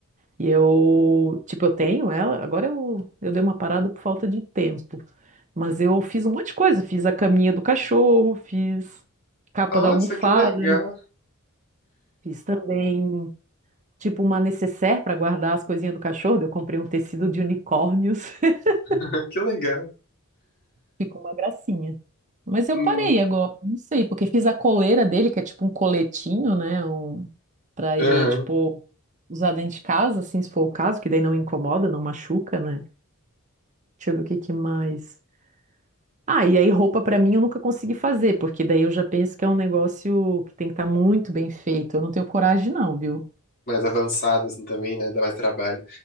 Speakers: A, on the right; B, on the left.
A: e eu, tipo, eu tenho ela, agora eu, eu dei uma parada por falta de tempo. Mas eu fiz um monte de coisa, fiz a caminha do cachorro, fiz capa
B: Nossa,
A: da almofada,
B: que legal,
A: fiz também tipo uma necessaire para guardar as coisinhas do cachorro. Eu comprei um tecido de unicórnios. <laughs>
B: <laughs> que legal.
A: Ficou uma gracinha. Mas eu
B: Hum.
A: parei agora, não sei, porque fiz a coleira dele, que é tipo um coletinho, né? Um... Pra
B: Aham.
A: ele, tipo, usar dentro de casa, assim, se for o caso, que daí não incomoda, não machuca, né? Deixa eu ver o que que mais. Ah, e aí roupa pra mim eu nunca consegui fazer, porque daí eu já penso que é um negócio que tem que estar muito bem feito. Eu não tenho coragem, não, viu?
B: mais avançado, assim, também, né? Dá mais trabalho.